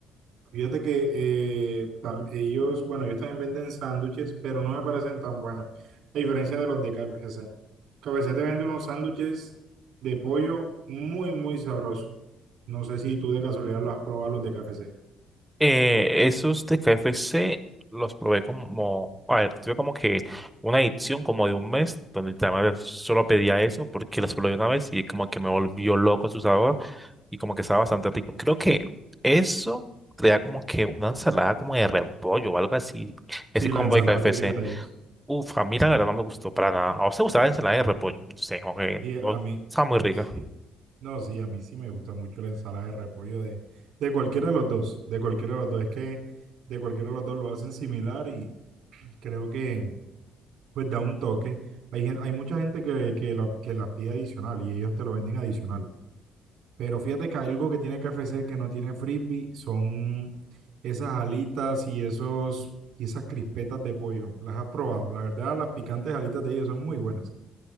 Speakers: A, on the right; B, in the centre.
A: Fíjate que eh, tam- ellos, bueno, ellos también venden sándwiches, pero no me parecen tan buenos, a diferencia de los de K F C. KFC. C te vende unos sándwiches de pollo muy, muy sabrosos. No sé si tú de casualidad los has probado los de K F C
B: Eh, esos de KFC los probé como, a ver, tuve como que una edición como de un mes donde además solo pedía eso porque los probé una vez y como que me volvió loco su sabor. y como que estaba bastante rico. Creo que eso traía como que una ensalada como de repollo o algo así. Ese
A: Sí,
B: combo
A: la ensalada
B: de KFC.
A: típica de ellos.
B: Uf, a mí la verdad no me gustó para nada. ¿A usted gustaba la ensalada de repollo? No sé, como que
A: Y a
B: no,
A: mí,
B: estaba muy rica.
A: <laughs> No, sí, a mí sí me gusta mucho la ensalada de repollo de, de cualquiera de los dos, de cualquiera de los dos. Es que de cualquiera de los dos lo hacen similar y creo que pues da un toque. Hay, gen- hay mucha gente que, que, la- que las pide adicional y ellos te lo venden adicional. Pero fíjate que algo que tiene KFC que no tiene frisbee son esas alitas y, esos, y esas crispetas de pollo. Las has probado. La verdad, las picantes alitas de ellos son muy buenas.